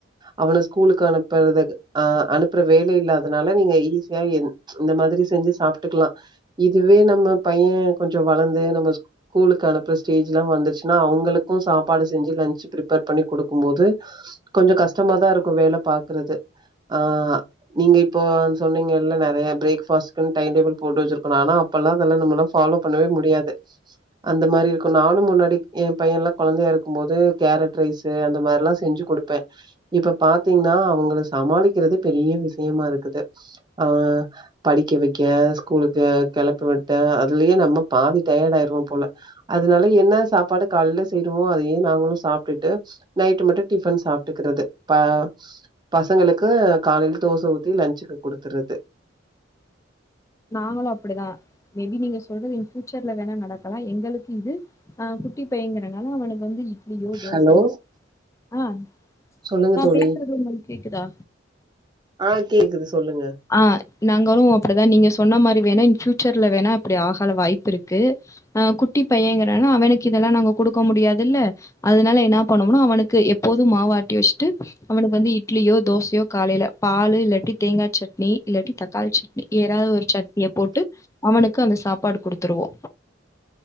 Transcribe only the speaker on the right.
அவன ஸ்கூலுக்கு அனுப்புறது அ அனுப்புற வேலை இல்லாதனால நீங்க ஈஸியா எந் இந்த மாதிரி செஞ்சு சாப்ட்டுக்குல்லா இதுவே நம்ம பைய கொஞ்சோ வளந்து நம்ம ஸ்கூலுக்கு அனுப்புற ஸ்டேஜ்ல்லா வந்துருச்சுன்னா அவுங்களுக்கு சாப்பாடு செஞ்சு லன்ச்சு ப்ரிப்பேர் பண்ணி குடுக்கு போது கொஞ்சோ கஷ்டமாதா இருக்கு வேல பாக்குறது ஆ நீங்க இப்போ சொன்னீங்கல்ல நெறைய பிரேக்பாஸ்ட்க்கு டைடேபிள் போட்டு வச்சிரு ஆனா அப்பெல்லா அதெல்லா நம்மளா ஃபாலோ பண்ணவே முடியாது அந்த மாரி இருக்கு நானு முன்னாடி எ பைய எல்லா கொழந்தையா இருக்கு போது கேரட் ரைஸ் ஸு அந்த மாரி எல்லா செஞ்சு குடுப்பே இப்ப பாத்தீங்கன்னா அவுங்கள சமாளிக்கிறது பெரிய விஷியமா இருக்குது அ படிக்க வைக்க ஸ்கூலுக் கு கிளப்பு விட்ட அதுலயே நம்ம பாதி டயர்ட் ஆயிருவோ போல அதனால என்ன சாப்பாடு கால்ல செய்யறமோ அதையே நாங்களு சாப்ட்டுட்டு நைட் மட்டு டிஃபன் சாப்ட்டுக்கிறது பா பசங்களுக்கு காலையில தோச ஊத்தி லஞ்சுக்கு குடுத்துறது
ஹலோ,
சொல்லுங்க
தோழி.
ஆ கேக்குது சொல்லுங்க